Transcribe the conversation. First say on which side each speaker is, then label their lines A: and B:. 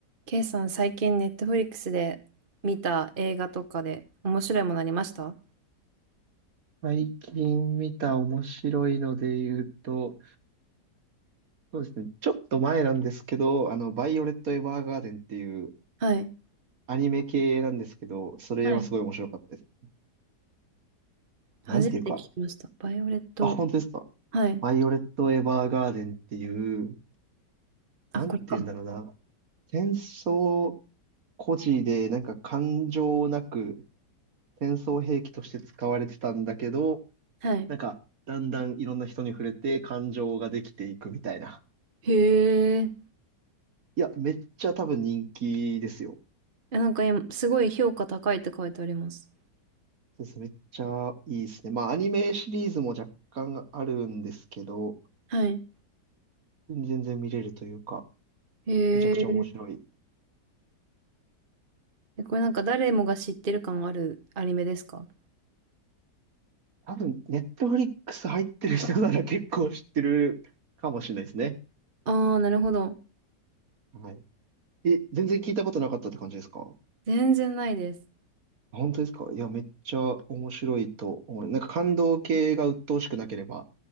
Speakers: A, on the right (about 35°); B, on the right (about 55°).
A: K さん、最近ネットフリックスで見た映画とかで面白いものありました
B: 最近見た面白いので言うと、そうですね、ちょっと前なんですけど、あの、バイオレット・エヴァーガーデンっていう
A: はい。
B: アニメ系なんですけど、それはすごい面白かったですね。
A: はい。初めて聞きました。
B: なんていうか、
A: バイオレット。
B: あ、本当ですか。
A: はい。
B: バイオレット・エヴァーガーデンっていう、
A: あ、
B: なんて言うんだろうな、
A: これか。
B: 戦争孤児で、なんか感情なく戦争兵器として使われてたんだけど、
A: はい。
B: なんか、だんだんいろんな人に触れて感情ができていくみたいな。
A: へえ。
B: いや、めっちゃ多分人気ですよ。
A: え、なんか今、すごい評価高いって書いてあります。
B: そうですね。めっちゃいいですね。まあ、アニメシリーズも若干あるんですけど、
A: はい。
B: 全然見れるというか、
A: へえ。
B: めちゃくちゃ面白い。
A: え、これなんか誰もが知ってる感あるアニメですか
B: 多分、ネットフリックス入ってる人なら結構知ってるかもしれないですね。
A: ああー、なるほど。
B: はい。え、全然聞いたことなかったって感じですか
A: 全然ないです。
B: 本当ですかいや、めっちゃ面白いと思う。なんか感動系が鬱陶しくなければ。